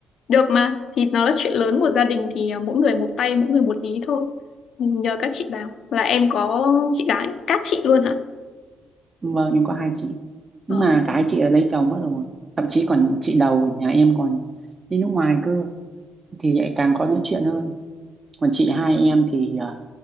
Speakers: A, on the left; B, on the right.
A: được mà thì nó là chuyện lớn của gia đình thì à, mỗi người một tay mỗi người một ý thôi Thì nhờ các chị vào là em có chị gái các chị luôn hả
B: Vâng, em có hai chị.
A: ờ.
B: Nhưng mà cái chị ấy lấy chồng mất rồi. Thậm chí còn chị đầu của nhà em còn đi nước ngoài cơ. Thì lại càng khó nói chuyện hơn. Còn chị hai em thì ờ,